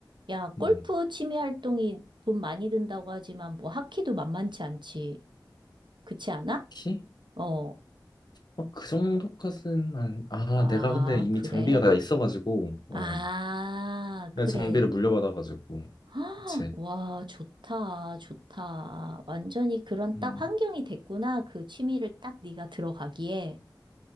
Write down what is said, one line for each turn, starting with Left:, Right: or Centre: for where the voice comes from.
Right: 야, 골프
Left: 음,
Right: 취미 활동이 돈 많이 든다고 하지만 뭐 하키도 만만치 않지. 그렇지 않아?
Left: 키?
Right: 어.
Left: 어, 그 정도까지는 안, 아,
Right: 아,
Left: 내가 근데 이미
Right: 그래.
Left: 장비가 다 있어가지고,
Right: 아,
Left: 어. 내
Right: 그래.
Left: 장비를 물려받아가지고
Right: <gasps> 헉,
Left: 그치
Right: 와, 좋다, 좋다. 완전히 그런
Left: 음,
Right: 딱 환경이 됐구나. 그 취미를 딱 네가 들어가기에.